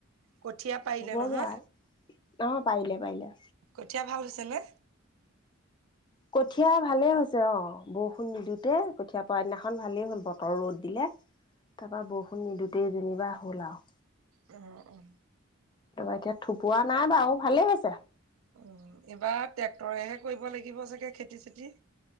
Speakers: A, on the right (about 80°); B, on the left (about 20°).
A: কঠীয়া পাৰিলে
B: হ'বগে
A: নহয়,
B: আৰু। অ', পাৰিলে পাৰিলে।
A: কঠীয়া ভাল হৈছে নে?
B: কঠীয়া ভালে হৈছে অহ, বৰষুণ নিদিওঁতে কঠীয়া পৰা দিনাখন ভালেই হ'ল বতৰ ৰ'দ দিলে। তাৰ পৰা বৰষুণ নিদোতেই যেনিবা হ'ল আৰু।
A: উম, উম।
B: তাৰপৰা এতিয়া থোপোৱা নাই বাৰু ভালেই হৈছে।
A: উম, এইবাৰ ট্ৰেক্টৰেহে কৰিব লাগিব চাগে খেতি চেতি?